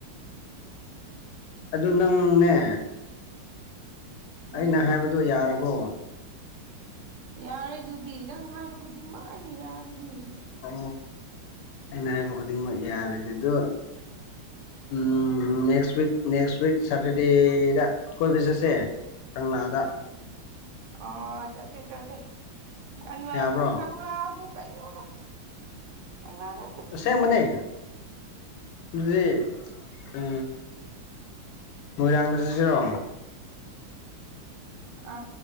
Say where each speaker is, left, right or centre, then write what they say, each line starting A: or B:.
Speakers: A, on the left; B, on the right.
A: ꯑꯗꯨ ꯅꯪꯅꯦ
B: ꯎꯝ
A: ꯑꯩꯅ ꯍꯥꯏꯕꯗꯨꯣ ꯌꯥꯔꯕꯣ
B: ꯌꯥꯔꯦ ꯑꯗꯨꯗꯤ ꯅꯪ ꯍꯥꯏꯕ ꯈꯨꯗꯤꯡꯃꯛ ꯑꯩꯅ ꯌꯥꯔ ꯑꯗꯨꯗꯤ
A: ꯑꯣ ꯑꯩꯅ ꯍꯥꯏꯕ ꯈꯨꯗꯤꯡꯃꯛ ꯌꯥꯔꯗꯤ ꯑꯗꯨ ꯎꯝ ꯅꯦꯛꯁ ꯎꯛ ꯅꯦꯛꯁ ꯎꯏꯛ ꯁꯇꯔꯗꯦꯗ ꯀꯣꯏ ꯄꯁ ꯑꯦ ꯀꯪꯂꯥꯗ
B: ꯑ ꯆꯆꯦ ꯆꯦ ꯀꯪꯂꯥ
A: ꯌꯥꯕ꯭ꯔꯣ
B: ꯀꯪꯂꯥꯕꯨ ꯀꯩꯅꯣꯗ ꯑꯉꯥꯅ
A: ꯁ ꯃꯅꯦ ꯑꯗꯨꯗꯤ ꯎ ꯃꯣꯏꯔꯥꯡꯅꯁꯤꯁꯤꯦꯔꯣ
B: ꯑ